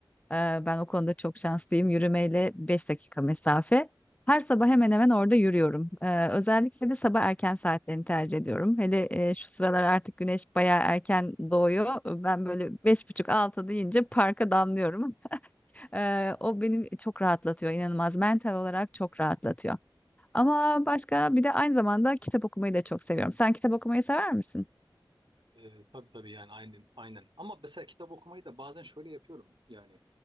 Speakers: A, on the left; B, on the right.
A: Ee, Ben o konuda çok şanslıyım. Yürümeyle 5 dakika mesafe. Her sabah hemen hemen orada yürüyorum. Ee, özellikle de sabah erken saatlerini tercih ediyorum. Hele e, şu sıralar artık güneş bayağı erken doğuyor. Ben böyle beş buçuk altı deyince parka damlıyorum. <laughs> Ee, o beni çok rahatlatıyor, inanılmaz. Mental olarak çok rahatlatıyor. Ama başka bir de aynı zamanda kitap okumayı da çok seviyorum. Sen kitap okumayı sever misin?
B: Ee, tabii tabii yani aynen aynen. Ama mesela kitap okumayı da bazen şöyle yapıyorum yani.